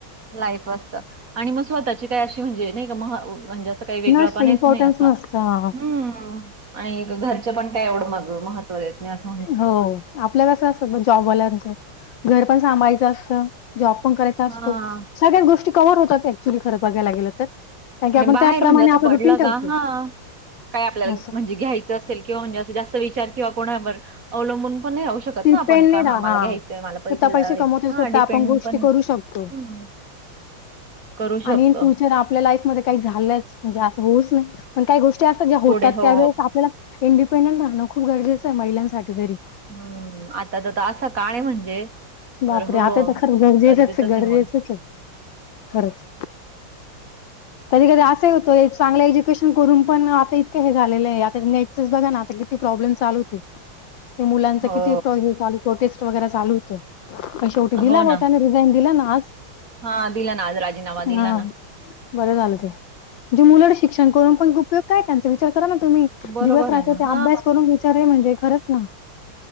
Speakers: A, on the right; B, on the left.
A: लाईफ असत आणि मग स्वता का अशी म्हणजे नाही का म म्हणजे असं काही वेगळा
B: नसतं,
A: पणच
B: इम्पोर्टन्स
A: नाही असं
B: नसतं.
A: हम्म. आणि घ घरचे पण काय एवढं मग मह देत नाही असं <unintelligible>
B: हो आपल्या <unintelligible> कसं असतं म जॉबवाल्यांचं घर पण सांभाळायचं असतं जॉब पण करायचा असतो.
A: हां.
B: सगळ्याच गोष्टी कवर होतात ऍक्च्युली खरं बघायला गेलं तर कारण की
A: आणि
B: आपण
A: बाहेर
B: त्याप्रमाणे
A: म्हणजे असं
B: आपलं
A: पडलं
B: रुटीन ठेवतो.
A: का हा काय आपल्याला
B: असं
A: म्हणजे घ्यायच ज असल किंवा म्हणजे जास्त विचार किंवा कोणावर अवलंबून पण नाही राहू शक
B: डिपेंड
A: आपण
B: नाही
A: क
B: रा
A: हा मला
B: हां.
A: घ्यायचंय मला पैसे
B: स्वतः
A: द्या
B: कमवतो, स्वतः
A: हा डिपेंड
B: आपण गोष्टी
A: पण
B: करू शकतो
A: <inaudible> <unintelligible> करू शकतो
B: आणि इन फ्युचर आपल्या लाईफमध्ये काही झालं म्हणजे असं होच नाही पण काही गोष्टी असतात ज्या होतात
A: पुढे हो
B: त्यावेेळेस आपल्याला इंडिपेंडंट राहणं खूप गरजेचं आहे महिलांसाठी तरी.
A: हम्म आता तर असं काळये म्हणजे
B: बापरे
A: तर हो
B: आता तर खरं गरजेचच
A: गरजेचंच
B: गरजेचच
A: आहे मल
B: आहे खरंच. कधी कधी असंही होतो चांगलं एज्युेशन करून पण आता इतकं हे झालेलं आहे आता नेट च च बघाना आता किती प्रॉब्लेम चालू होते. ते मुलांच
A: हो
B: किती प्रोटेस्ट वगैरे चालू कशाबद्दल <unintelligible> चालू होतं शेवटी दिला
A: हो ना
B: त्यांनी दिला ना आज
A: हा दिला ना आज राजीनामा दिला
B: हा
A: ना.
B: बरं झालं ते जे मुला शिक्षण करून पण उपयोग काय त्यांचा विचार करा ना तुम्ही.
A: बरोबर
B: दिवस रात्र
A: आहे ना
B: ते
A: हा
B: अभ्यास करून विचार म्हणजे खरंच ना